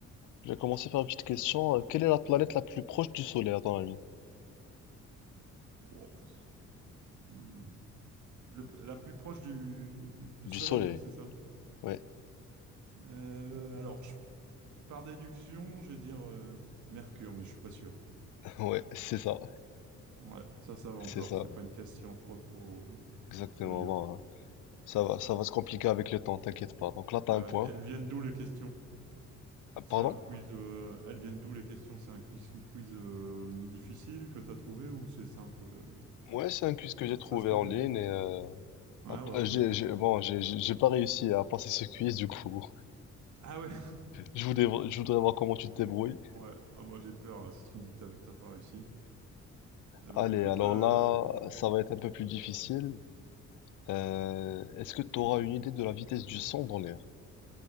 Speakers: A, on the left (about 80°); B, on the right (about 75°).
A: Je vais commencer par une petite question. Euh, Quelle est la planète la plus proche du Soleil à ton avis?
B: Wow. Hmm. Le- la plus proche du, du
A: Du
B: Soleil,
A: Soleil.
B: hein, c'est ça?
A: Ouais,
B: Euh, alors, je- par déduction, je vais dire euh, Mercure, mais je suis pas sûr.
A: <laughs> ouais, c'est ça.
B: Ouais, ça, ça va encore.
A: C'est ça.
B: C'est pas une question trop, trop,
A: Exactement.
B: trop dure.
A: Bon, euh, ça va, ça va se compliquer
B: Ouais.
A: avec le temps, t'inquiète pas. Donc là, t'as
B: Ouais,
A: un
B: ouais.
A: point.
B: et Elles viennent d'où les questions?
A: Ah, Pardon?
B: C'est un quiz. euh, elles viennent d'où les questions? C'est un quiz, quiz euh, difficile que tu as trouvé ou c'est simple? euh
A: Ouais, c'est un quiz que
B: Ah,
A: j'ai
B: ça
A: trouvé
B: se complète.
A: en ligne et euh,
B: Ah
A: hop,
B: ouais, ok.
A: j'ai, j'ai- bon, j'ai j'ai- j'ai pas réussi à passer ce quiz du coup.
B: Ah ouais. <laughs>
A: Je voudrais, je voudrais voir comment tu te débrouilles.
B: Ouais. Ah bah j'ai peur là. Si tu me dis que t'as t'as pas réussi. Eh ben
A: Allez,
B: écoute.
A: alors
B: euh,
A: là, ça va être un peu plus difficile. Euh, est-ce que tu auras une idée de la vitesse du son dans l'air?